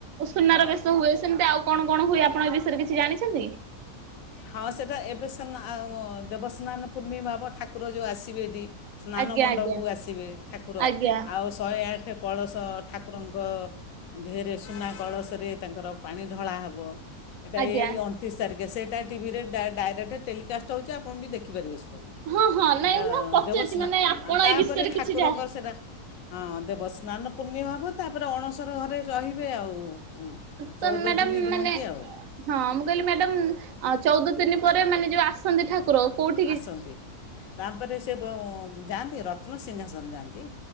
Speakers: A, on the right (about 65°); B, on the left (about 65°).
A: ସୁନାର
B: ହଁ
A: ବେଶ ହୁଏ ସେମିତି ଆଉ କଣ କଣ ହୁଏ ଆପଣ ଏ ବିଷୟରେ କିଛି ଜାଣିଛନ୍ତି?
B: ହଁ ସେଇଟା ଏବେ ସିନା ଦେବସ୍ନାନ ପୂର୍ଣ୍ଣିମା ପା ଠାକୁର ଯୋଉ ଆସିବେ ଏଠି। ସ୍ନାନ
A: ଆଜ୍ଞା
B: ମଣ୍ଡପକୁ
A: ଆଜ୍ଞା
B: ଆସିବେ ଠାକୁର
A: ଆଜ୍ଞା
B: ଆଉ ଶହେ ଆଠେ କଳସ ଠାକୁରଙ୍କ ଦେହରେ ସୁନା କଳସରେ ତାଙ୍କର ପାଣି ଢଳା ହେବ। ଏଇଟା
A: ଆଜ୍ଞା।
B: ଏଇ ଅଣତିରିଶି ତାରିଖ ସେଇଟା ଟିଭିରେ ଡାଇରେକ୍ଟ ଟେଲିକାଷ୍ଟ ହେଉଚି ଆପଣ ବି ଦେଖିପାରିବେ ସେଇଟା କୁ।
A: ହଁ ହଁ ନାଇଁ
B: ଏଟା
A: ମୁଁ ପଚାରୁଛି
B: ଦେବସ୍ନା
A: ମାନେ ଆପଣ
B: ଆ ତାପରେ
A: ଏଇ ବିଷୟରେ
B: ଠାକୁରଙ୍କର
A: କିଛି ଯା
B: ସେଇଟା। ହଁ ଦେବସ୍ନାନ ପୂର୍ଣିମା ହବ। ତାପରେ ଅଣସର ଘରେ ରହିବେ ଆଉ।
A: ତ
B: ଚଉଦ
A: ମ୍ୟାଡାମ
B: ଦିନି ରୁହନ୍ତି
A: ମାନେ
B: ଆଉ।
A: ହଁ ମୁଁ କହିଲି ମ୍ୟାଡାମ ଚଉଦ ଦିନି ପରେ ମାନେ ଯୋଉ ଆସନ୍ତି ଠାକୁ ପ୍ରୋର କୋଉଠି?
B: ଆସନ୍ତି ତାପରେ ସେ ବୋ ଯାଆନ୍ତି ରତ୍ନସିଂହାସନ ଯାଆନ୍ତି।